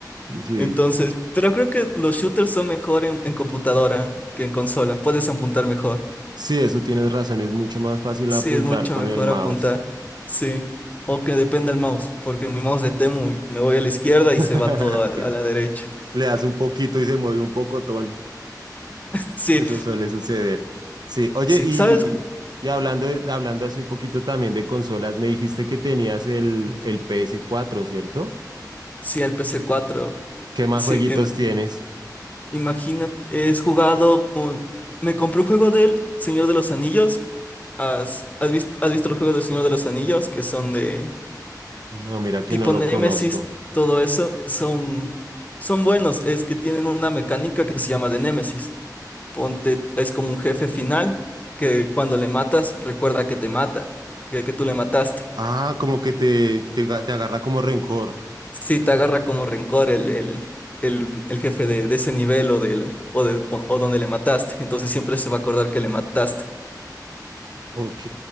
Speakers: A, on the right; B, on the left.
A: sí.
B: Entonces, pero creo que los shooters son mejor en, en computadora que en consola. Puedes apuntar mejor.
A: Sí, eso tienes razón, es mucho más fácil
B: Sí,
A: apuntar
B: es mucho
A: con
B: mejor
A: el mouse.
B: apuntar. Sí. O que dependa el mouse, porque mi mouse de Temu y me voy a la izquierda y
A: <laughs>
B: se va todo a, a la derecha. <laughs>
A: Le das un poquito y se mueve un pocotón.
B: Sí,
A: Eso suele suceder. Sí, oye,
B: sí,
A: y,
B: ¿sabes?
A: y hablando de- hablando así un poquito también de consolas, me dijiste que tenías el, el P S cuatro ¿cierto?
B: Sí, el PC4.
A: ¿Qué más
B: Sí,
A: jueguitos
B: em,
A: tienes?
B: imagínate, es jugado con- Me compré un juego del Señor de los Anillos. ¿Has, has visto, has visto los juegos del Señor de los Anillos? Que son de,
A: No, mira que
B: tipo
A: no lo
B: Nemesis,
A: conozco.
B: todo eso, son, son buenos. Es que tienen una mecánica que se llama de Nemesis. Ponte, es como un jefe final que cuando le matas, recuerda que te mata, que, que tú le mataste.
A: Ah, como que te, te, ga- te agarra como rencor.
B: Si te agarra como rencor el, el, el, el jefe de, de ese nivel o, del, o, de, cu- o donde le mataste, entonces siempre se va a acordar que le mataste.
A: Ok.